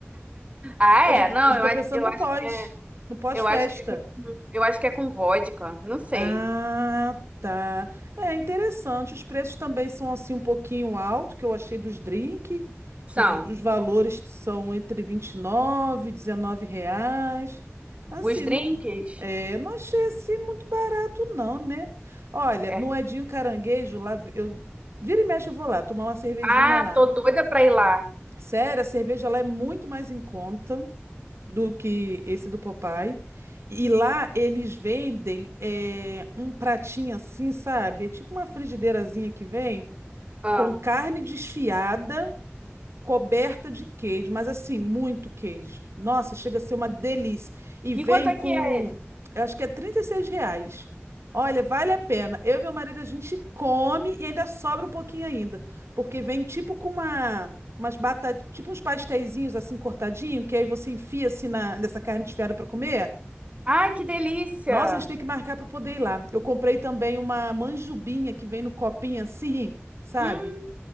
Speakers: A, on the right; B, on the right.
A: Ah,
B: Eu
A: é?
B: já, tô-
A: Não,
B: eu já
A: eu
B: tô
A: acho,
B: pensando
A: eu
B: no
A: acho,
B: pós, no pós-festa.
A: eu acho que é com, eu acho que é com vodka. Não sei.
B: Ah, tá. É interessante. Os preços também são assim um pouquinho alto, que eu achei dos drink.
A: São
B: O V- Os valores são entre vinte e nove, e dezenove reais. Assim,
A: os drinks?
B: não, é, não achei assim muito barato não, né? Olha,
A: É.
B: no Edinho Caranguejo, lá vi- eu vira e mexe eu vou lá tomar uma cervejinha
A: Ah,
B: lá.
A: tô doida pra ir lá.
B: Sério, a cerveja lá é muito mais em conta do que esse do Popeye. E lá eles vendem eh, um pratinho assim, sabe? É tipo uma frigideirazinha que vem
A: Ah.
B: com carne desfiada coberta de queijo, mas assim, muito queijo. Nossa, chega a ser uma delícia. E
A: E
B: vem
A: quanto é
B: com,
A: que é esse?
B: eu acho que é 36 reais. Olha, vale a pena. Eu e meu marido, a gente come e ainda sobra um pouquinho ainda, porque vem tipo com uma, umas batatas, tipo uns pasteizinhos assim cortadinho, que aí você enfia assim na, nessa carne desfiada para comer.
A: Ai, que delícia!
B: Nossa, a gente tem que marcar para poder ir lá. Eu comprei também uma manjubinha que vem no copinho assim, sabe?
A: Hum,